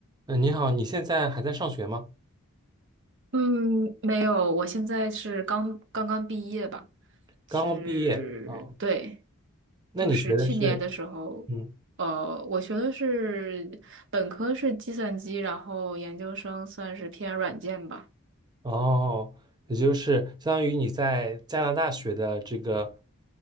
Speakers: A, on the right; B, on the right.
A: 嗯，你好，你现在还在上学吗？
B: 嗯，没有，我现在是刚刚刚毕业吧，
A: 刚刚毕业啊？
B: 是，对，
A: 那你学的是，
B: 就是去年的时候，
A: 嗯，
B: 呃，我学的是本科是计算机，然后研究生算是偏软件吧。
A: 哦，也就是相当于你在加拿大学的这个